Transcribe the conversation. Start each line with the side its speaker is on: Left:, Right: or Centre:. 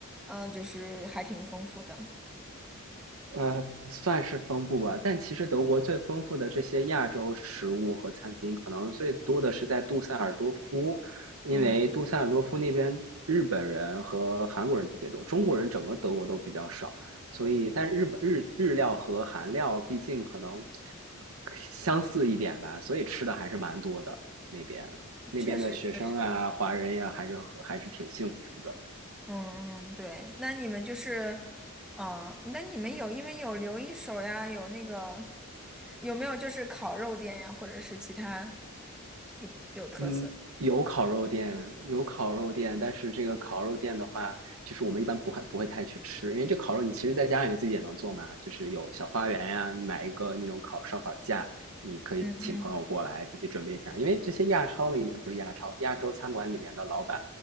Centre: 嗯，就是还挺丰富的。
Right: 呃，算是丰富吧，但其实德国最丰富的这些亚洲食物和餐厅，可能最多的是在杜塞尔多夫，因为杜塞尔多夫那边日本人和韩国人特别多，
Centre: 嗯，
Right: 中国人整个德国都比较少，所以但日本日日料和韩料毕竟可能相似一点吧，所以吃的还是蛮多的那边那边的学生啊，
Centre: 确实确实，
Right: 华人呀、还是还是挺幸福的。
Centre: 嗯嗯，对，那你们就是，啊、那你们有因为有留一手呀，有那个有没有就是烤肉店呀，或者是其他有有特色？
Right: 嗯，有烤肉店，有烤肉店，但是这个烤肉店的话，就是我们一般不会不会太去吃，因为这烤肉你其实在家里面自己也能做嘛，就是有小花园呀、你买一个那种烤烧烤架，你可以请朋友过来自己准备一下，
Centre: 嗯嗯，
Right: 因为这些亚超里面不是亚超，亚洲餐馆里面的老板，